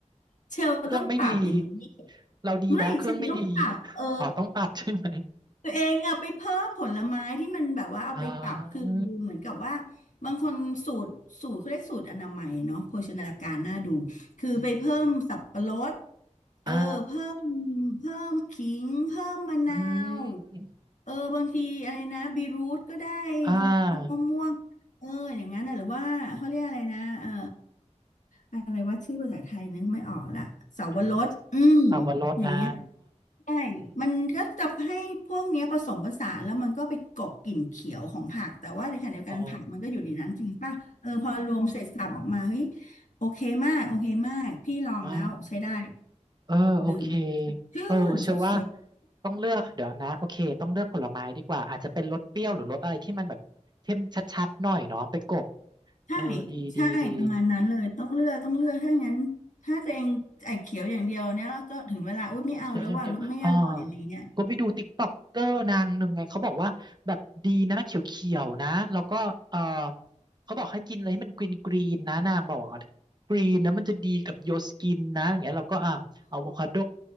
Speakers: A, on the left; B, on the right.
A: เชลต้องปรับอย่างนี้
B: เครื่องไม่ดีเราดีแล้วเครื่องไม่ดี
A: ไม่เชลต้องปรับเออ
B: อ๋อต้องปรับใช่ไหม
A: ตัวเองเอาไปเพิ่มผลไม้ที่มันแบบว่าเอาไปปรับคือเหมือนกับว่า
B: อ๋อ
A: บางคนสูตรสูตรเขาเรียกสูตรอนามัยเนาะโภชนาการน่าดูคือไปเพิ่มสับปะรด
B: อืม
A: เออเพิ่ม
B: อ่า
A: เพิ่มขิงเพิ่มมะนาว
B: อืม
A: เออบางทีอะไรนะบีรูทก็ได้
B: อ่า
A: มะม่วงเอออย่างนั้นนะหรือว่าเขาเรียกอะไรนะเอออะไรว่าชื่อภาษาไทยนึกไม่ออกละเสาวรสอืม
B: ฮะสับปะรดอ่า
A: อย่างเงี้ย ใช่มันก็จะให้พวกเนี้ยผสมผสานแล้วมันก็ไปกลบกลิ่นเขียวของผักแต่ว่าในขณะเดียวกันผักมันก็อยู่ในนั้นจริงป่ะเออพอรวมเสร็จสรรพออกมาเฮ้ย
B: อ๋อ
A: โอเคมากโอเคมากพี่ลองแล้วใช้ได้
B: อ๋อเออโอเค
A: ดื่มแล้วชื่นสดสด
B: เออเชื่อว่าต้องเลือกเดี๋ยวนะโอเคต้องเลือกผลไม้ดีกว่าอาจจะเป็นรสเปรี้ยวหรือรสอะไรที่มันแบบเข้มชัดๆหน่อยเนาะไปกบ
A: ใช่
B: เออดีดีดี
A: ใช่ประมาณนั้นเลยต้องเลือกต้องเลือกถ้างั้นถ้าตัวเองไอ้เขียวอย่างเดียวเนี่ยแล้วก็ถึงเวลาอุ้ยไม่เอาแล้วว่ารู้ไม่อร่อยอะไรเงี้ย
B: เขียวอย่างเดียวอ๋อก็ไปดูติ๊กต็อกเกอร์นางหนึ่งไงเขาบอกว่าแบบดีนะเขียวๆนะ แล้วก็ เออเขาบอกให้กินอะไรให้มันกรีนกรีนนะนางบอกว่ากรีนนะมันจะดีกับโยสกินนะอย่างเงี้ยแล้วก็อ่ะอะโวคาโด